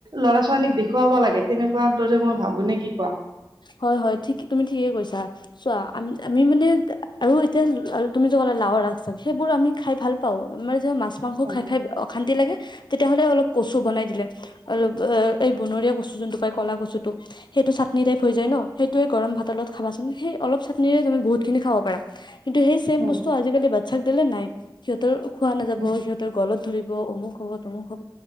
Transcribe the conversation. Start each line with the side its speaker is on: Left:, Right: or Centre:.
Right: ল'ৰা ছোৱালীক দেখুৱাব লাগে তেনেকুৱা দৰে মই ভাবোঁ নে কি কোৱা?
Left: হয়', হয়', ঠিক', তুমি ঠিকে কৈছা', চোৱা আ আমি মানে আৰু এতিয়া তুমি যে ক'লা লাওৰ আগ-চাগ, সেইবোৰ আমি খাই ভাল পাওঁ, আমাৰ যে মাছ মাংস
Right: উম
Left: খাই-খাই অশান্তি লাগে। তেতিয়াহ'লে অলপ কচু বনাই দিলে, অ, এই বনৰীয়া কচু যোনটো পাই ক'লা কচুটো সেইটো চাতনি চাটনি টাইপ হৈ যায় ন। সেইটোৱে গৰম ভাতৰ লগত খাবাচোন। সেই অলপ চাটনিৰে তুমি বহুত খিনি খাব পাৰা। কিন্তু সেই ছেম
Right: উম
Left: বস্তু আজিকালি বাচ্ছাক দিলে নাই সিহঁতৰ খোৱা নাযাব,
Right: উম
Left: সিহঁতৰ গলত', ধৰিব, অমুক হ'ব, তুমুক হ'ব